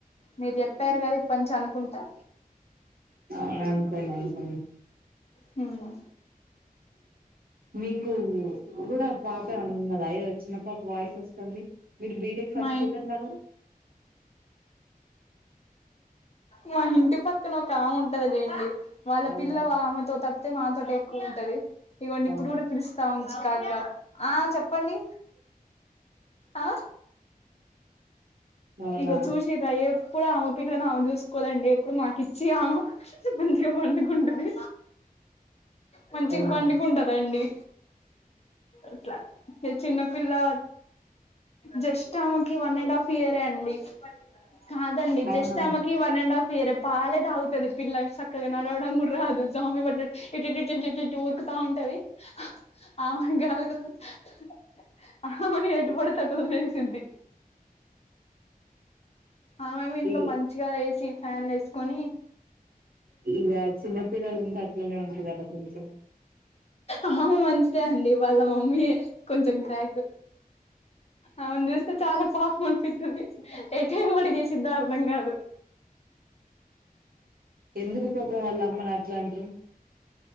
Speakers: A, on the left (about 40°); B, on the right (about 70°).
A: మీరు చెప్పారు కదా ఇప్పనుంచి అను కుంటా
B: ఆ అనుకోండి అనుకోండి
A: హు నా
B: మీ ను కూడా ఆ పాపే ఉన్నద ఏదో చిన్న పాప వాయిస్ వస్తుంది మీరు బీటెక్ ఫస్ట్
A: మా
B: ఇయర్ అన్నారు
A: మా ఇంటి పక్ క్కన ఒక ఆమె ఉంటది లేండి వాళ్ళ
B: అవునా
A: పిల్ల ఆమెతో తప్ తే మాతోటే ఎక్కువ ఉంటది ఇగోండి ఇప్పుడు
B: అవును
A: కూడా పిలుస్తా ఉంది చికాకుగా ఆ చెప్పండి ఆ
B: అవునా
A: ఇగ చూసిర్రా ఎప్ ప్పుడు ఆమె పిల్లను ఆమె చూసుకోదండి ఎప్పుడు మాకి చి ఆమ మంచిగా పండుకుంటది మంచిగా
B: అవునా
A: పండుకుంటది అండి అట్లా పిల్లా జస్ట్ ఆమెకి వన్ అండ్ హాఫ్ ఇయర్ ఏ అండి. కాదండి
B: అవునా
A: జస్ట్ ఆమెకి వన్ అండ్ హాఫ్ వేరే పాలేదాగుతది పిల్లగ సక్కగా నడవడం కూడా రాదు జామి పట్టినట్టు ఇట్టిటి-టి-టి-టూ ఊరుకుతా ఉంటది ఆ గా <unintelligible> అవును ఎటు పడుతే అటు <unintelligible> సుద్ధి ఆ మేమో ఇంట్లో
B: ఈ
A: మంచిగా ఏస్ చ్చి ఫ్యాన్ లు వేసుకొని
B: ఇలా చిన్న పిల్లలు ఉంటే అట్లనే ఉంటారు కదా కొంచెం.
A: ఆ మంచిదే అండి వాళ్ళ మమ్మీ కొంచెం క్రాక్ ఆమెను చూస్తే చాలా పాపం అనిపితది ఎటు ఏం అడుగు ఎస్సిదో అర్థం కాదు.
B: ఎందుకు పాపం వాళ్లు అమ్మని అట్లా అంట్రు.